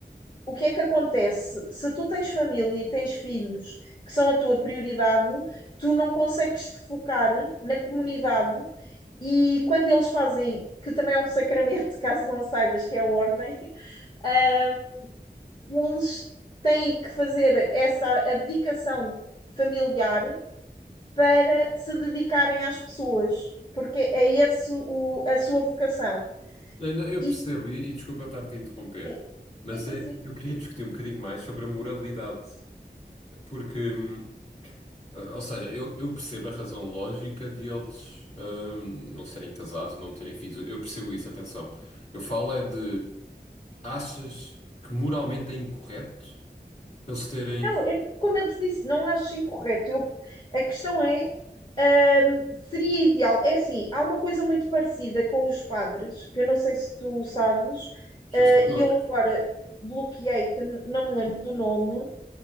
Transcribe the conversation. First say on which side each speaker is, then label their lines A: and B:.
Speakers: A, on the left (about 25°); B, on the left (about 40°).
A: O que é que acontece? Se tu tens família e tens filhos que são a tua prioridade, tu não consegues te focar na comunidade e quando eles fazem, que também é um sacramento, <laughs> caso não saibas que é a ordem, <laughs> uh, eles têm que fazer essa abdicação familiar para se dedicarem às pessoas, porque é esse o, a sua vocação.
B: Não, não, Eu
A: Isso
B: percebo, e, e desculpa estar-te a interromper,
A: sim.
B: mas
A: Sim, sim,
B: é,
A: sim.
B: eu queria discutir um bocadinho mais sobre a moralidade, porque, hum, ou seja, eu, eu percebo a razão lógica de eles hum, não serem casados e não terem filhos, eu percebo isso, atenção. Eu falo é de, achas que moralmente é incorreto eles terem
A: Não, eu- como eu te disse, não acho incorreto. Eu- a questão é, hum, seria ideal. É assim, há uma coisa muito parecida com os padres, que eu não sei se tu sabes,
B: sacerdotes?
A: eh, e eu agora bloqueei, que n- não me lembro do nome,